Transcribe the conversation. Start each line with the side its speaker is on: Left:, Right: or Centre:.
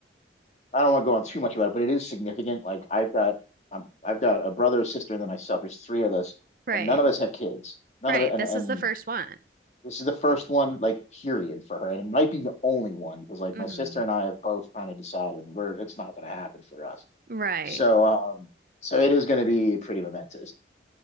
Left: I don't want to go on too much about it, but it is significant. Like I've got um, I've got a brother, a sister, and then myself. There's three of us,
Right: Right.
Left: and none of us have kids. None
Right: Right.
Left: of it, and
Right: This
Left: and
Right: is the first one.
Left: This is the first one, like, period for her. And it might be the only one because, like,
Right: Mm-hmm.
Left: my sister and I have both kind of decided we're, it's not going to happen for us.
Right: Right.
Left: So, um, so it is going to be pretty momentous.